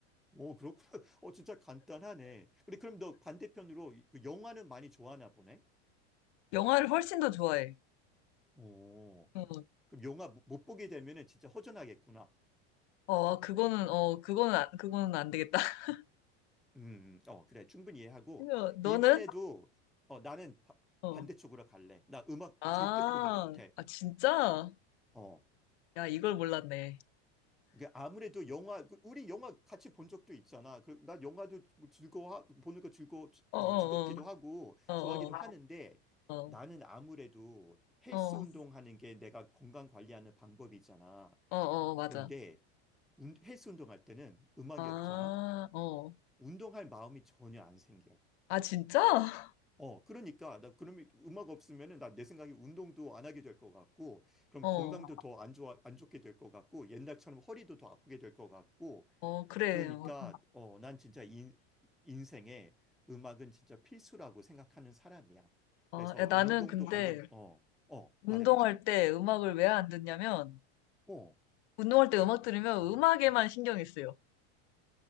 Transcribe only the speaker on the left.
영화를 훨씬 더 좋아해.
어,
어, 그거는, 어, 그거는, 안- 그거는 안 되겠다. <laughs>
그래서 너는?
어.
아,
아, 진짜?
야, 이걸 몰랐네.
어, 어,
어, 어,
어, 어,
어,
어, 어, 맞아.
아,
어.
아, 진짜?
어,
어, 그래요.
어,
야, 나는
근데
운동할
때 음악을 왜 안 듣냐면,
운동할 때 음악 들으면 음악에만 신경이 쓰여.